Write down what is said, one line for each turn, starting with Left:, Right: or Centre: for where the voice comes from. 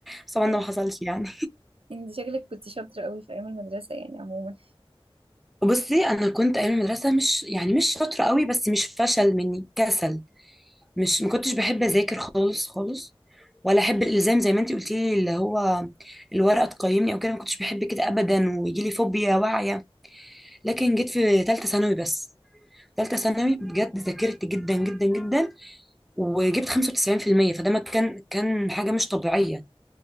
Centre: بس طبعا
Right: أي.
Centre: ده ما حصلش يعني
Right: انت شكلك كنت شاطره قوي في ايام المدرسه يعني عموما
Centre: بصي أنا كنت أيام المدرسة مش يعني مش شاطرة قوي بس مش فشل مني كسل مش ما كنتش بحب أذاكر خالص خالص ولا أحب الإلزام زي ما أنتي قلتي لي اللي هو الورقة تقيمني أو كده ما كنتش بحب كده أبدا ويجي لي فوبيا واعية لكن جيت في ثالثة ثانوي بس ثالثة ثانوي بجد ذاكرت جدا جدا جدا وجبت 95% فده ما كان كان حاجة مش طبيعية